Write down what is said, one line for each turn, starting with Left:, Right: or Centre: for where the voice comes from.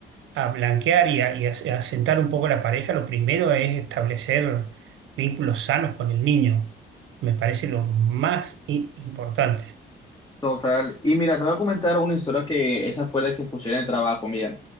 Right: a blanquear y a, y a- a sentar un poco la pareja, lo primero es establecer vínculos sanos con el niño. Me parece lo más i- importante.
Left: Total. Y mira, te voy a comentar una historia que esa fue la que escuché en el trabajo. Mira,